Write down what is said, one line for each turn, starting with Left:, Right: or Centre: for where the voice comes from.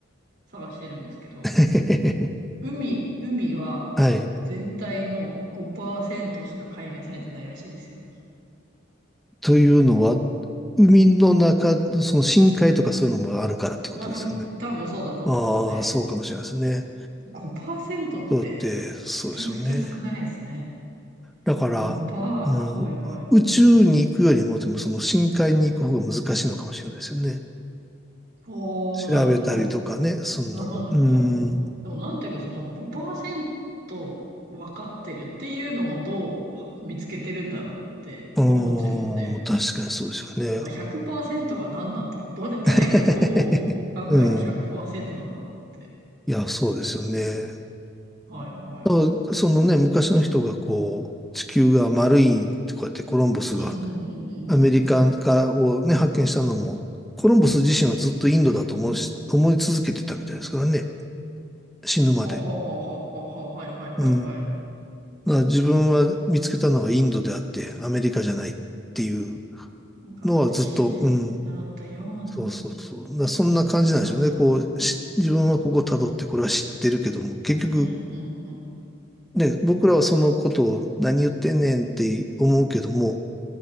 Right: 探してるんですけど、
Centre: <laughs>
Right: 海、海は
Centre: はい。
Right: 全体の5%しか解明されてないらしいですよ。
Centre: というのは、海の中の、その深海とかそういうのもあるからってことですかね。
Right: まあ、ふ多分そうだと思いますね。
Centre: ああ、そうかもしれないですね。
Right: 5%ってめちゃくちゃ少ないですね。
Centre: だって、そうですよね。だから、
Right: 5%。
Centre: うん、
Right: はいはい
Centre: 宇宙に行くよりも、でもその深海に行く方が難しいのかもしれないですよね。
Right: おー、
Centre: 調べたりとかね、
Right: なるほど。
Centre: すんのも。
Right: なるほど、なるほど。
Centre: うん、
Right: でも、なんていうか、その5%分かってるっていうのもどう見つけてるんだろうって思っちゃいますね。
Centre: うーん、確かにそうですよね。
Right: だから100%が何なんだろう。誰誰がどう考えて100%
Centre: <laughs> うん。
Right: なんだろうって。
Centre: いや、そうですよね。
Right: はいはい。
Centre: だからそのね、昔の人がこう、地球が丸いとかってコロンブスが
Right: うん、うん、うん、うん、
Centre: アメリカからをね、
Right: うん、うん。
Centre: 発見したのも、コロンブス自身はずっとインドだと思うし、思い続けてたみたいですからね、死ぬまで。
Right: はあはあはあはあはあ、はいはいはいはい。
Centre: うん。だから自分は見つけたのはインドであって、アメリカじゃないっていう
Right: なんか、
Centre: のはずっと、
Right: 歴史で習ったような
Centre: うん。そうそうそう。だからそんな感じなんでしょうね。
Right: 記憶の彼方に。
Centre: こう、し自分はここ辿ってこれは知ってるけども、結局、
Right: うん、うん、うん。
Centre: ね、僕らはそのことを何言ってんねんって思うけども、